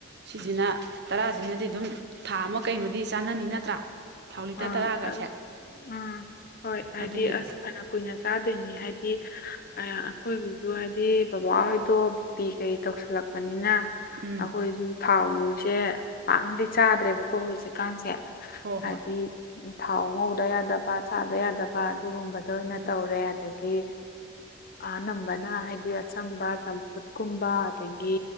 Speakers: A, on the right; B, on the left.
A: ꯁꯤꯁꯤꯅ ꯇꯔꯥꯖꯤꯅꯗꯤ ꯑꯗꯨꯝ ꯊꯥ ꯑꯃ ꯀꯩꯃꯗꯤ ꯆꯥꯅꯅꯤ ꯅꯠꯇ꯭ꯔꯥ ꯊꯥꯎ ꯂꯤꯇꯔ
B: ꯑꯥ
A: ꯇꯔꯥꯒꯥꯏꯁꯦ
B: ꯑꯛ ꯑꯥ ꯍꯣꯏ ꯍꯥꯏꯗꯤ
A: ꯑꯗꯨꯅꯦ
B: ꯑꯁ ꯐꯅ ꯀꯨꯏꯅ ꯆꯥꯗꯣꯏꯅꯤ ꯍꯥꯏꯗꯤ ꯑꯥ ꯑꯩꯈꯣꯏ ꯏꯃꯨꯡꯁꯨ ꯍꯥꯏꯗꯤ ꯕꯕꯥꯍꯣꯏꯗꯣ ꯕꯤꯄꯤ ꯀꯩ ꯇꯧꯁꯜꯂꯛꯄꯅꯤꯅ
A: ꯎꯝ
B: ꯑꯩꯈꯣꯏꯖꯨꯅꯤ ꯊꯥꯎ ꯅꯨꯡꯁꯦ ꯄꯥꯛꯅꯗꯤ ꯆꯥꯗ꯭ꯔꯦꯕꯀꯣ ꯍꯧꯖꯤꯛꯀꯥꯟꯁꯦ
A: ꯍꯣꯏ
B: ꯍꯥꯏꯗꯤ
A: ꯍꯣꯏ
B: ꯊꯥꯎ ꯉꯧꯗ ꯌꯥꯗꯕ ꯆꯥꯗ ꯌꯥꯗꯕ ꯑꯗꯨꯒꯨꯝꯕ ꯑꯗꯨ ꯑꯣꯏꯅ
A: ꯎꯝ
B: ꯇꯧꯔꯦ ꯑꯗꯒꯤ ꯑꯅꯝꯕꯅ ꯍꯥꯏꯗꯤ ꯑꯆꯝꯕ ꯆꯝꯐꯨꯠꯀꯨꯝꯕ ꯑꯗꯒꯤ